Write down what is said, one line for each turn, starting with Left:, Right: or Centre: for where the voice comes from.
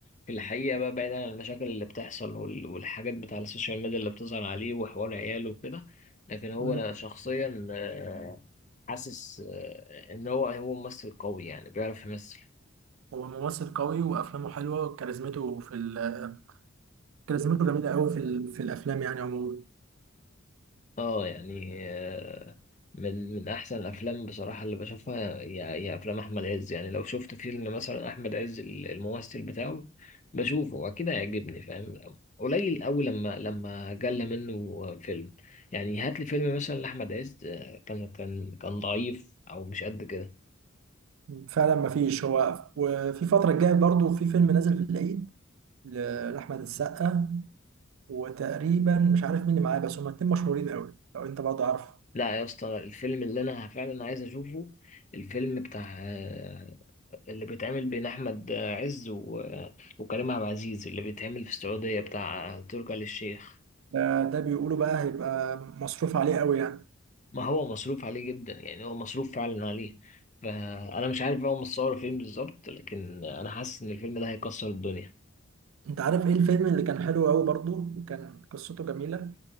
Left: في الحقيقة بقى بعيدا عن المشاكل اللي بتحصل وال- والحاجات بتاع السوشيال ميديا اللي بتظهر عليه وحوار عياله وكده لكن هو
Right: مم.
Left: أنا شخصيا آه، حاسس آه، إن هو هو ممثل قوي يعني بيعرف يمثل
Right: هو ممثل قوي وافلامه حلوه وكاريزمته في ال- كاريزمته جميله قوي في ال- في الافلام يعني عموما
Left: اه يعني آه، من من احسن الافلام بصراحه اللي بشوفها هي هي افلام احمد عز يعني لو شفت فيلم مثلا احمد عز ال- الممثل بتاعه بشوفه واكيد هيعجبني فاهم قليل قوي لما لما جل منه فيلم يعني هات لي فيلم مثلا لاحمد عز آه، كان كان كان ضعيف او مش قد كده
Right: فعلا ما فيش هو وفي فترة الجاية برضو في فيلم نازل في العيد ل- لأحمد السقا وتقريبا مش عارف مين اللي معاه بس هما اتنين مشهورين قوي لو انت برضو عارف
Left: لا يا اسطى الفيلم اللي انا فعلا عايز اشوفه الفيلم بتاع آه، اللي بيتعمل بين احمد عز و... وكريم عبد العزيز اللي بيتعمل في السعوديه بتاع تركي آل الشيخ
Right: ده, ده بيقولوا بقى هيبقى مصروف عليه قوي يعني
Left: ما هو مصروف عليه جدا يعني هو مصروف فعلا عليه فانا مش عارف بقى هم مصوروا فين بالظبط لكن انا حاسس ان الفيلم ده هيكسر الدنيا
Right: انت عارف ايه الفيلم اللي كان حلو قوي برضو وكان قصته جميلة